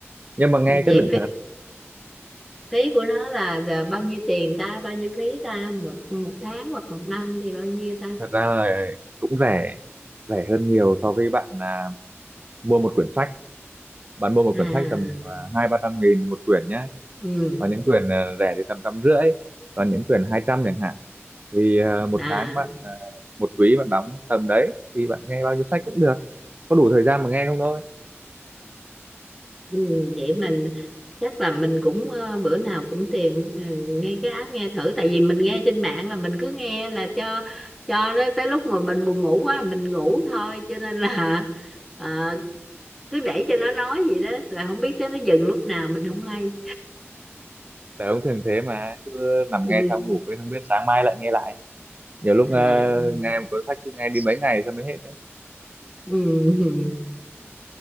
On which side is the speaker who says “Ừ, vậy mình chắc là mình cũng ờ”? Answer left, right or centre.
Centre